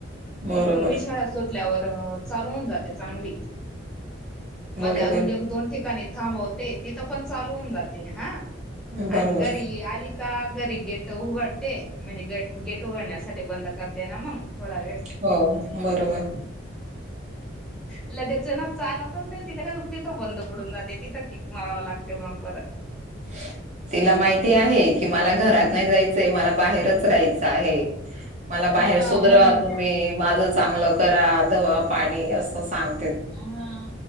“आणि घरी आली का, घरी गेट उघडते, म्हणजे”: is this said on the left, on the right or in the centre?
Centre